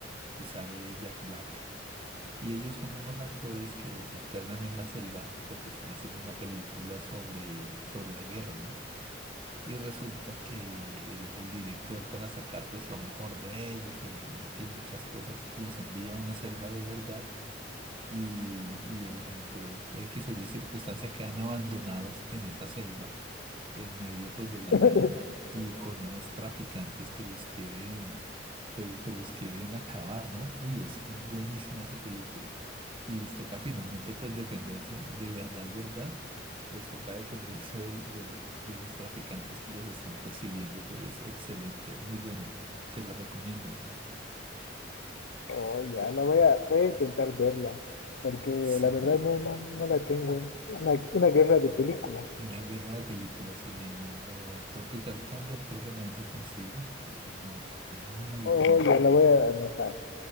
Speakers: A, on the right; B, on the left.
A: y sale Jack Black. Y ellos son unos actores que los internan en la selva porque están haciendo una película sobre, sobre la guerra, ¿no? Y resulta que el, el director para sacar pues lo mejor de ellos y en fin muchas cosas los envía a una selva de verdad y, y el, eh, por X o Y circunstancia quedan abandonados en esa selva, en medio pues de la
B: <laughs>
A: nada y con unos traficantes que los quieren, pues, pues los quieren acabar, ¿no? Uy, es buenísima esa película. Y les toca finalmente pues defenderse, de verdad, verdad, les toca defenderse de, lo- de los, de los traficantes que los están persiguiendo, pero es excelente, es muy buena, te la recomiendo.
B: Oh, ya, la voy a, voy a intentar verla, porque
A: Sí.
B: la verdad no, no, no la tengo. Una, una guerra de película.
A: Una guerra de películas se llama, o Tropical Thunder, creo que nadie se consigue el, el nombre. Es muy
B: Oh,
A: buena.
B: ya la voy a anotar.